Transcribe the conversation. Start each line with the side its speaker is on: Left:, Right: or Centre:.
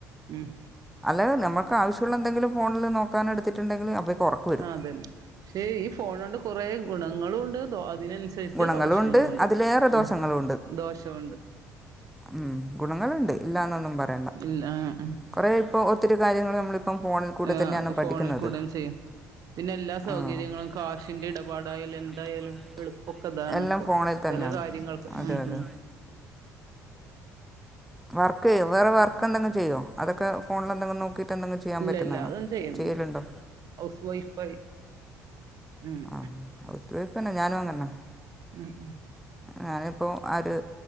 Right: ഉം
Centre: അല്ലെ നമുക്ക് ആവശ്യമുള്ള എന്തെങ്കിലും ഫോണില് നോക്കൻ എടുത്തിട്ടുണ്ടെങ്കിൽ ഉറക്കം വരും
Right: അതന്നെ പക്ഷെ ഈ ഫോണ കൊണ്ട് കുറെ ഗുണങ്ങള ഉണ്ട് അതിനനുസരിച്ച്
Centre: ഗുണങ്ങളും
Right: ദോഷങ്ങളുണ്ട്
Centre: ഉണ്ട് അതിലേറെ ദോഷങ്ങളും
Right: ഉ ദോഷമുണ്ട്
Centre: ഉം ഗുണങ്ങളുണ്ട് ഇല്ലാന്നൊന്നും പറയാം
Right: ഇല്ല ആഹ് ആഹ്
Centre: കുറെേ ഇപ്പൊ ഒത്തിരി കാര്യങ്ങൾ നമ്മളിപ്പം ഫോണിൽ കൂടെ
Right: ആഹ്
Centre: തന്നെയാണ് പഠിക്കുന്നത്
Right: ഫോണിൽ കൂടേം ചെയ്യും പിന്നെ എല്ലാ സൗകര്യങ്ങളും
Centre: ആഹ് പിന്നെ എല്ലാ
Right: കാശിന്റെ
Centre: സൗകര്യങ്ങളും
Right: ഇടപാടായാലും
Centre: കാശിന്റെ
Right: എന്തായാലും
Centre: എടപാടുകൾ
Right: എളുപ്പൊക്കെ ഇതാണ്
Centre: എല്ലാം
Right: ഇപ്പൊ
Centre: ഫോണിൽ തന്നെയാണ്
Right: ചെല കാര്യങ്ങൾക്ക്
Centre: അതെ
Right: ഉം
Centre: അതെ
Right: ഉം
Centre: വർക്ക് ചെയ്യോ വേറെ വർക്ക് എന്തെങ്കും ചെയ്യോ അതൊക്കെ ഫോണ്എന്തങ്കിലും നോ നോക്കിട്ട് എന്തെങ്കിലും ചെയ്യാൻ
Right: ഇല്ല
Centre: പറ്റുന്നാണോ
Right: ഇല്ല അതൊന്നും ചെയ്യണില്ല
Centre: ചെയ്യലുണ്ടോ
Right: ഹൗസ് വൈഫായി അങ്ങനെ
Centre: ആഹ് ഒത്ത വപ്പന്നെ ഞാനും അങ്ങന തന്നെ
Right: ഉം ഉം
Centre: ഞാനിപ്പോ ആര്